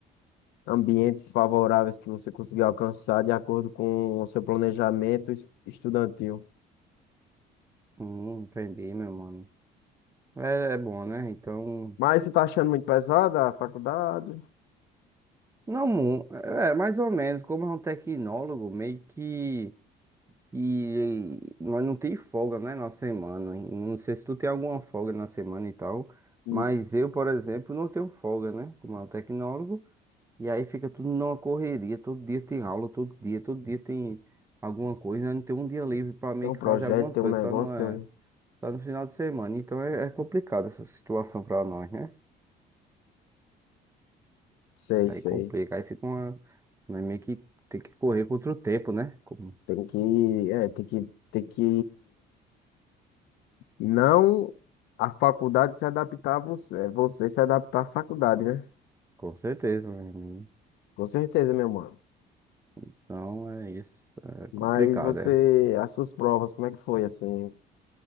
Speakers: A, on the left; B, on the right.
A: ambientes favoráveis que você conseguir alcançar de acordo com o seu planejamento es- estudantil.
B: hum, entendi, meu mano. É, é bom, né? Então,
A: Mas você tá achando muito pesada a faculdade?
B: não, mu- é mais ou menos, como é um tecnólogo, meio que e, nós não tem folga, né, na semana. E Não sei se tu tem alguma folga na semana e tal,
A: E
B: mas eu, por exemplo, não tenho folga, né? Como é um tecnólogo. E aí fica tudo numa correria, todo dia tem aula, todo dia, todo dia tem alguma coisa, né? Não tem um dia livre para meio
A: Tem um
B: que
A: projeto,
B: fazer algumas
A: tem
B: coisas,
A: um negócio,
B: só não é,
A: tem... um
B: só no final de semana. Então é, é complicado essa situação para nós, né?
A: Sei,
B: Aí
A: sei.
B: complica, aí fica uma, nós meio que tem que correr contra o tempo, né? Com,
A: Tem que, é, tem que, tem que não a faculdade se adaptar a você, é você se adaptar à faculdade, né?
B: com certeza, meu amigo.
A: Com certeza, meu mano.
B: Então é isso, é
A: Mas
B: complicado,
A: você,
B: é.
A: as suas provas, como é que foi assim?